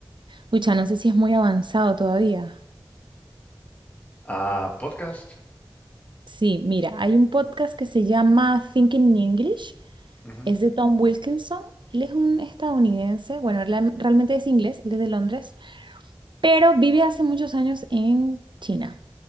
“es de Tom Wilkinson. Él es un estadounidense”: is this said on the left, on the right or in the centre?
Right